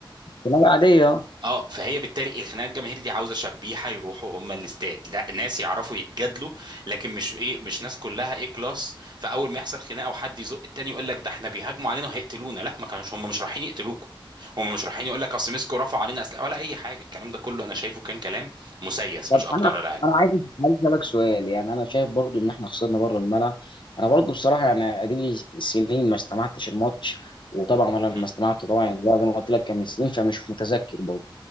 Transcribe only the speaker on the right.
اه فهي بالتالي الخناقه الجماهيريه دي عاوزه شبيحه يروحوا هم الاستاد لا ناس يعرفوا يتجادلوا لكن مش ايه مش ناس كلها ايه كلاس فاول ما يحصل خناقه وحد يزق التاني يقول لك ده احنا بيهاجموا علينا وهيقتلونا لا ما كانوش هم مش رايحين يقتلوكوا هم مش رايحين يقول لك اصل مسكوا رفعوا علينا اسلحه ولا اي حاجه الكلام ده كله انا شايفه كان كلام مسيس
مش اكتر
ولا اقل
مم.